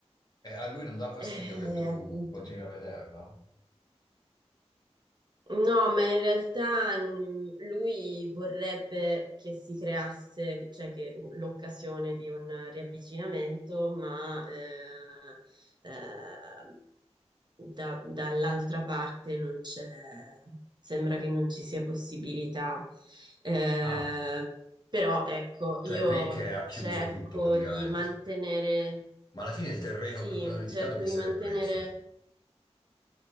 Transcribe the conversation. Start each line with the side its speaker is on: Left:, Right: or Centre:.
Left: E a lui non dà fastidio
Right: e
Left: che tu
Right: appunto.
Left: continui a vederla?
Right: No, ma in realtà mm, lui vorrebbe che si creasse, cioè che l'occasione di un riavvicinamento, ma eh, eh, da- dall'altra parte non c'è, sembra che non ci sia possibilità. Eh,
Left: Ah,
Right: però ecco,
Left: cioè
Right: io
Left: è lei che ha chiuso
Right: cerco
Left: tutto praticamente.
Right: di mantenere,
Left: Ma alla fine il terreno
Right: sì,
Left: per cui hanno litigato
Right: cerco
Left: che
Right: di
Left: se
Right: mantenere.
Left: l'è preso?